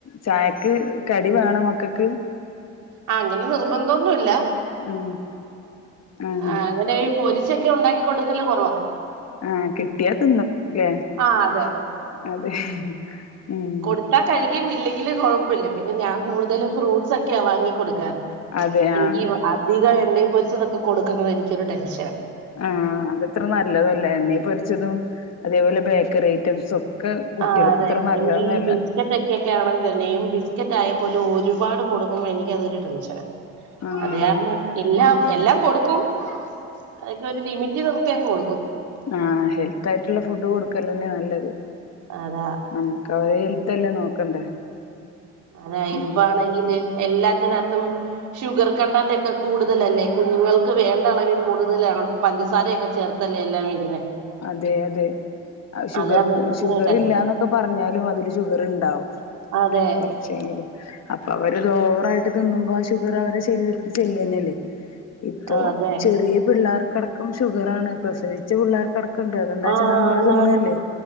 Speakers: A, on the left (about 60°); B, on the right (about 80°).
A: ചായക്ക് കടി വേണ മക്കൾക്ക്
B: ആ അങ്ങനെ നിർബന്ധൊന്നുംല്ല
A: ആഹ് ആഹ്
B: ആ അങ്ങനെ പൊരിശൊക്കെ ഉണ്ടാക്കി കൊടുക്കല് കുറവാ
A: ആ കിട്ടിയാ തിന്നുംല്ലേ
B: ആ അതെ
A: അതെ ഉം
B: കൊടുത്താ കഴിക്കും ഇല്ലെങ്കില് കുഴപ്പമില്ല പിന്നെ ഞാൻ കൂടുതലും ഫ്രൂട്ട്സ് ഒക്കെയാ വാങ്ങി കൊടുക്കാറ്
A: അതെ
B: എനിക്ക്
A: ആഹ്
B: അധികം എണ്ണയിൽ പൊരിച്ചതൊക്കെ കൊടുക്കുന്നത് എനിക്കൊരു ടെൻഷനാ
A: ആ അതത്ര നല്ലയല്ല എണ്ണയിൽ പൊരിച്ചതും അതേപോലെ ബേക്കറി ഐറ്റംസും- ഒക്കെ കുട്ടികൾക്ക്
B: ആ അതെ
A: ഇത്ര നല്ലതൊന്നല്ല
B: എനിക്ക് ബിസ്ക്കറ്റ് ഒക്കെക്കെ ആണ തന്നെയും ബിസ്കറ്റ് ആയ - പോലും ഒരുപാട് കൊടുക്കുമോ എനിക്കതൊരു ടെൻഷന
A: ആഹ്
B: അത് കാരണം എല്ലാം
A: ഉം
B: എല്ലാം കൊടുക്കും അതൊക്കെ ഒരു ലിമിറ്റ്- യങ്ങ് കൊടുക്കും
A: ആ ഹെൽത്തായിട്ടുള്ള ഫുഡ് കൊടുക്കല് തന്നെയാ നല്ലത്
B: അതാ
A: നമുക്ക് അവരെ ഹെൽ- തല്ലേ നോക്കണ്ടേ
B: അതാ ഇപ്പാണെങ്കില്
A: ഉം
B: ദേ എല്ലാത്തിനകത്തും ഷുഗർ കണ്ടന്റ് ഒക്കെ കൂടുതലല്ലേ കുഞ്ഞുങ്ങൾക്ക് വേണ്ട അളവിൽ കൂടുതലാ- ഇപ്പം പഞ്ചസാരയൊക്കെ ചേർത്തല്ലേ എല്ലാം വരുന്നെ
A: അതെ അതെ ഷുഗറ്
B: കാരണം എനിക്കങ്ങ്
A: ഷുഗറ്
B: ടെൻഷൻ
A: ഇല്ലാന്നൊക്കെ പറഞ്ഞാലും അതില് ഷുഗറ്ണ്ടാവും
B: അതെ
A: കൊറ ശ്ശെങ്കിലും അപ്പം അവരത് ഓവർ ആയിട്ട് തിന്നുമ്പോ ആ ഷുഗറ് അവരുടെ ശരീരത്തിൽ ചെല്ലന്നല്ലേ ഇപ്പം
B: ആ അതെ
A: ചെറിയ പിള്ളേർക്ക് അടക്കം ഷുഗറാണ് പ്രസവിച്ച പിള്ളേർക്ക് അടക്കം ണ്ട് അതെന്താച്ചാ
B: ആ
A: നമ്മള്
B: ആണാണ്
A: തിന്നല്ലേ